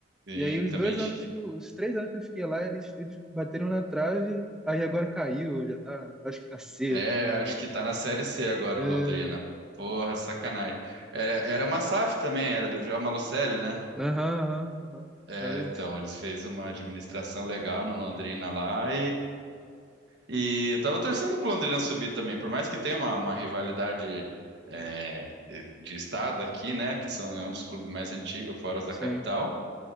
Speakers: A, on the right (about 60°); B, in the centre.
A: sim,
B: E aí os
A: também.
B: dois
A: ti-
B: anos, que eu- os três anos que eu fiquei lá, eles, eles bateram na trave. Aí agora caiu, já tá, acho que tá C,
A: É,
B: se não
A: acho que tá na Série C agora
B: E-
A: o Londrina. Porra, sacanagem. Era, era uma SAF também, era do João Malucelli, né?
B: Aham, aham, aham.
A: É,
B: Era
A: então,
B: isso.
A: eles fez uma administração legal no Londrina lá E eu tava torcendo pro Londrina subir também, por mais que tenha uma, uma rivalidade é, de estado aqui, né? Que são, é um dos clubes mais antigos, fora os da
B: Sim.
A: capital.